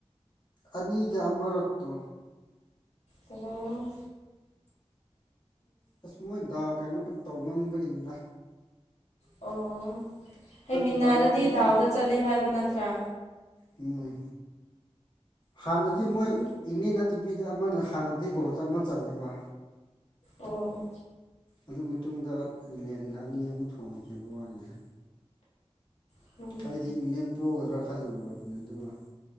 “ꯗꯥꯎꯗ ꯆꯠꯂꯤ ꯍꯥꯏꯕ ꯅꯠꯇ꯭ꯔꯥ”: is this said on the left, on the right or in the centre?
Left